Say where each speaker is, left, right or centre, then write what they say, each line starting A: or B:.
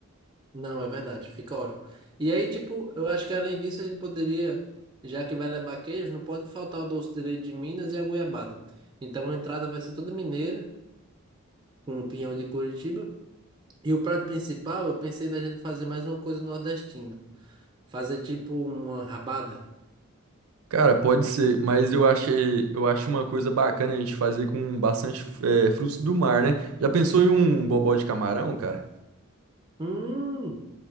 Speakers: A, on the right (about 20°); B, on the right (about 75°).
A: Não, é verdade, fica ótimo. E aí, tipo, eu acho que além disso a gente poderia, já que vai levar queijo, não pode faltar o doce de leite de Minas e a goiabada. Então a entrada vai ser toda mineira, com o pinhão de Curitiba. E o prato principal, eu pensei da gente fazer mais uma coisa nordestina. Fazer tipo uma rabada.
B: Cara, pode ser, mas eu achei, eu acho uma coisa bacana a gente fazer com bastante eh, frutos do mar, né? Já pensou em um bobó de camarão, cara?
A: Hum,